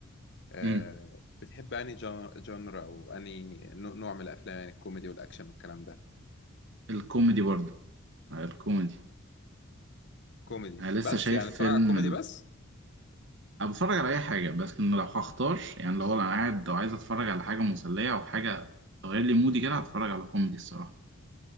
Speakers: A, on the left (about 50°); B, on the right (about 55°).
A: آه
B: امم
A: بتحب أنهي جان- جانرا أو أنهي نوع نوع من الأفلام يعني الكوميدي والأكشن والكلام ده
B: الكوميدي برضه آه، الكوميدي
A: كوميدي
B: أنا لسه
A: بس
B: شايف
A: يعني اتفرج
B: فيلم
A: على كوميدي بس
B: انا بتفرج على اي حاجه بس إن لو هختار يعني لو انا قاعد لو عايز اتفرج على حاجه مسليه او حاجه تغير لي مودي كده هتفرج على كوميدي الصراحه